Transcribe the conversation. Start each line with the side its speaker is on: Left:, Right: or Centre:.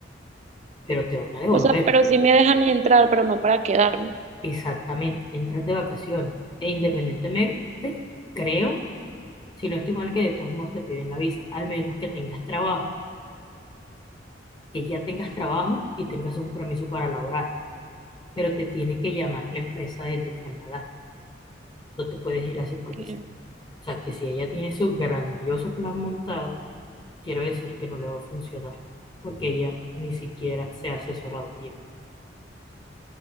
Left: pero te van a devolver.
Right: O sea, pero sí me dejan entrar, pero no para quedarme.
Left: Exactamente, entras de vacaciones. E independientemente, creo, si no estoy mal, que de todos modos te piden la visa, al menos que tengas trabajo, que ya tengas trabajo y tengas un permiso para laborar. Pero te tiene que llamar la empresa desde Canadá. No te puedes ir así porque
Right: Que-
Left: sí. O sea, que si ella tiene su grandioso plan montado, quiero decir que no le va a funcionar, porque ella ni siquiera se ha asesorado bien.